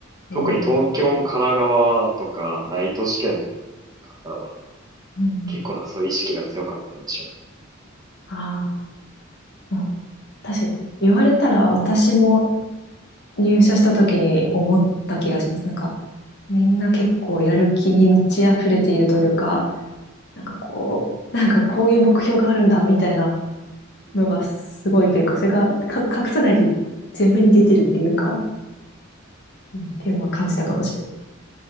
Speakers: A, on the left; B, on the right.
A: えー、
B: 特に東京、神奈川とか大都市圏の方は、
A: うん。
B: 結構なんかそういう意識が強かった印象がある。
A: ああ、うん確かに言われたら私も入社した時に思った気がします。なんか、みんな結構やる気に満ち溢れているというか、なんかこう、なんかこういう目標があるんだ、みたいなのがすごいというか、それがか隠さないで前面に出てるっていうか、うんっていうのは感じたかもしれない。